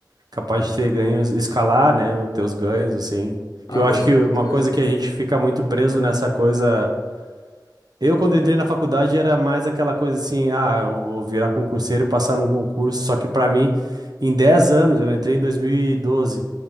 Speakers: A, on the right (about 60°); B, on the left (about 60°).
A: capaz de ter ganhos, escalar, né, os teus ganhos, assim.
B: Ah,
A: Que eu
B: com
A: acho
B: certeza.
A: que uma coisa que a gente fica muito preso nessa coisa. Eu, quando entrei na faculdade, era mais aquela coisa assim, ah, eu vou virar concurseiro, passar num concurso, só que para mim, em 10 anos, eu entrei em 2012,